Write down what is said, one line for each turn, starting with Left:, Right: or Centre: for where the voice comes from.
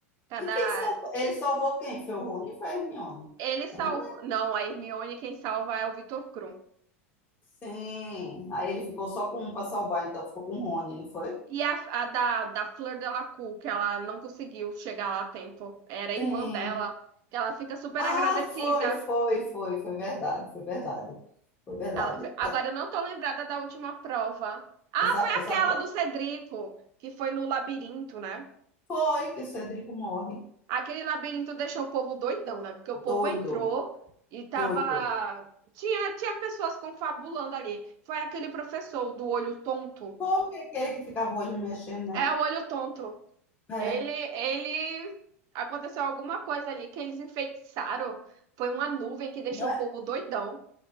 Right: Cada
Left: E quem salvou? Ele salvou quem? Foi o Rony ou foi a Hermione?
Right: ele salvou.
Left: Eu não lembro.
Right: Não, a Hermione quem salva é o Vitor Krum.
Left: Sim. Aí ele ficou só com um para salvar, então ficou com o Rony, não foi?
Right: E a, a da, da Fleur Delacour, que ela não conseguiu chegar lá a tempo. Era a irmã
Left: Sim.
Right: dela que ela fica super
Left: Ah,
Right: agradecida
Left: foi, foi, foi, foi verdade, foi verdade. Foi verdade.
Right: Ela fe- Agora
Left: Essa,
Right: eu não tô lembrada da última prova. Ah,
Left: essa,
Right: foi
Left: essa
Right: aquela
Left: pro-
Right: do Cedrico, que foi no labirinto, né?
Left: foi que o Cedrico morre.
Right: Aquele labirinto deixou o povo doidão, né? Porque o povo
Left: Doido,
Right: entrou e tava.
Left: doido.
Right: Tinha, tinha pessoas confabulando ali. Foi aquele professor do olho tonto.
Left: Foi aquele que ficava o olho mexendo, né?
Right: É, o olho tonto.
Left: É.
Right: Ele, ele. Aconteceu alguma coisa ali que eles enfeitiçaram. Foi uma nuvem que deixou
Left: Não é
Right: o povo doidão.